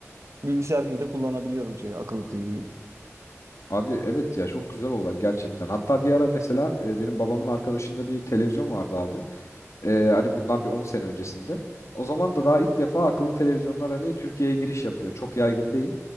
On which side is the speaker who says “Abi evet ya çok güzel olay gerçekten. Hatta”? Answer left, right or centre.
Left